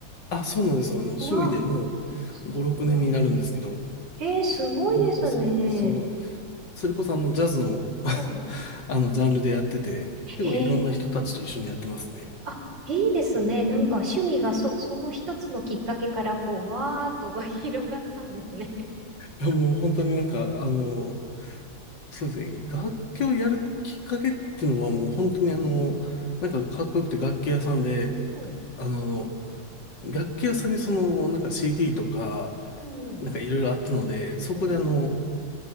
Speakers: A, on the left; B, on the right.
A: あ、そうなんですよ。あの、趣味でも
B: うわ、すご
A: う5、6年になるんですけど、
B: いえー、すごいですね。
A: ずっとサックスを、それこそあの、ジャズの <laughs>
B: は
A: あの、ジャンルでやってて、
B: い。
A: 結構いろんな人たちと一緒にやってますね。
B: えー、あ、いいですね。なんか趣味がそ、その一つのきっかけからこう、わーっと <laughs> 広がったんですね。
A: いやもう本当になんか、あの、そうですね、楽器をやるきっかけっていうのはもう本当にあの、
B: うん。
A: なんかかっこよくて楽器屋さんで、
B: はい。
A: あの、楽器屋さんにその、なんか CD とか、
B: うん。
A: なんかいろいろあったので、そこであの、
B: うん